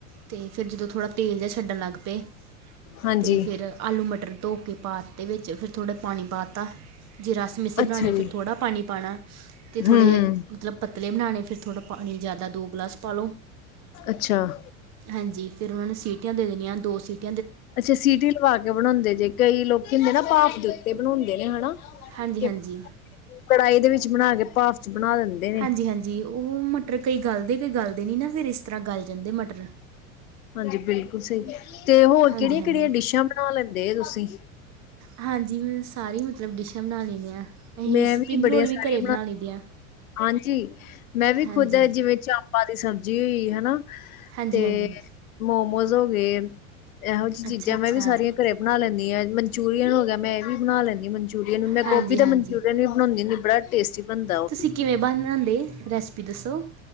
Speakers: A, on the right; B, on the left.
A: ਤੇ ਫਿਰ ਜਦੋਂ ਥੋੜ੍ਹਾ ਤੇਲ ਜਿਹਾ ਛੱਡਣ ਲੱਗ ਪਏ,
B: ਹਾਂਜੀ,
A: ਤੇ ਫਿਰ ਆਲੂ, ਮਟਰ ਧੋ ਕੇ ਪਾ ਤੇ ਵਿੱਚ ਫਿਰ ਥੋੜਾ ਪਾਣੀ ਪਾ ਤਾ, ਜੇ ਰਸ ਮਿੱਸੇ
B: ਅੱਛਾ
A: ਬਣਾਉਣੇ
B: ਜੀ,
A: ਫਿਰ ਥੋੜ੍ਹਾ ਪਾਣੀ ਪਾਣਾ। ਤੇ ਥੋੜੇ
B: ਹੂੰ-ਹੂੰ,
A: ਮਤਲਬ, ਪਤਲੇ ਬਣਾਉਣੇ, ਫਿਰ ਥੋੜਾ ਪਾਣੀ ਜ਼ਿਆਦਾ ਦੋ ਗਲਾਸ ਪਾਲੋ
B: ਅੱਛਾ।
A: ਹਾਂਜੀ ਫੇਰ ਉਹਨਾਂ ਨੂੰ ਸੀਟੀਆਂ ਦੇ ਦੇਣੀਆਂ ਦੋ ਸੀਟ
B: ਅਛਾ ਸੀਟੀ ਲਵਾ ਕੇ ਬਣਾਉਦੇ ਜੇ ਕਈ ਲੋਕ ਹੁੰਦੇ ਨਾ ਭਾਫ਼ ਦੇ ਉਤੇ ਬਣਾਉਦੇ ਨੇ ਹਨਾ।
A: ਹਾਂਜੀ
B: ਕਿ
A: -ਹਾਂਜੀ
B: ਕੜਾਹੀ ਦੇ ਵਿਚ ਬਣਾ ਕੇ ਭਾਫ 'ਚ ਬਣਾ ਦਿੰਦੇ। ਨੇ।
A: ਹਾਂਜੀ- ਹਾਂਜੀ ਉਹ ਮਟਰ ਕਈ ਗਲਦੇ ਕਈ ਗੱਲਦੇ ਨਹੀਂ ਨਾ ਫਿਰ ਇਸ ਤਰ੍ਹਾਂ ਗਲ ਜਾਂਦੇ ਮਟਰ
B: ਹਾਂਜੀ ਬਿਲਕੁਲ ਸਹੀ ਤੇ ਹੋਰ
A: ਹਾਂਜੀ
B: ਕਿਹੜੀਆਂ-
A: ਹਾਂਜੀ
B: ਕਿਹੜੀਆਂ ਡਿਸ਼ਾਂ ਬਣਾ ਲੈਂਦੇ ਤੁਸੀਂ
A: ਹਾਂਜੀ ਮੈਂ ਸਾਰੀ ਮਤਲਬ ਡਿਸ਼ਾਂ ਬਣਾ ਲੈਂਣੀਆ ਅਹੀਂ
B: ਮੈਂ
A: ਸਪਰਿੰਗ
B: ਬੜੀਆਂ
A: ਰੋਲ ਵੀ
B: ਸਾਰੀਆਂ
A: ਘਰੇ ਬਣਾ ਲਈਦੀ ਆ।
B: ਹਾਂਜੀ ਮੈਂ ਵੀ
A: ਹਾਂਜੀ
B: ਖੁਦ ਜਿਵੇਂ ਚਾਮਪਾਂ ਦੀ ਸਬਜ਼ੀ ਹੋਈ ਹਨਾ।
A: ਹਾਂਜੀ
B: ਤੇ
A: ਹਾਂਜੀ
B: ਮੋਮੋਸ ਹੋ ਗਏ। ਇਹੋ ਜਿਹੀ ਚੀਜ਼ਾਂ
A: ਅੱਛਾ ਅੱਛਾ
B: ਮੈਂ ਵੀ ਸਾਰੀਆਂ ਘਰੇ ਬਣਾ ਲੈਂਦੀ ਹਾਂ ਮਨਚੂਰੀਅਨ ਹੋ ਗਿਆ ਮੈਂ ਇਹ ਵੀ ਬਣਾ ਲੈਂਦੀ ਹ ਮਨਚੂਰੀ ਨੂੰ ਮੈਂ
A: ਹਾਂਜੀ
B: ਗੋਭੀ ਦਾ
A: ਹਾਂਜੀ
B: ਮਨਚੂਰੀਅਨ ਹੀ ਬਣਾਉਦੀ ਹੁੰਦੀ ਬੜਾ ਟੇਸਟੀ ਬਣਦਾ ਉਹ
A: ਤੁਸੀਂ ਕਿਵੇਂ ਬਣਾਉਂਦੇ ਰੈਸਪੀ ਦੱਸੋ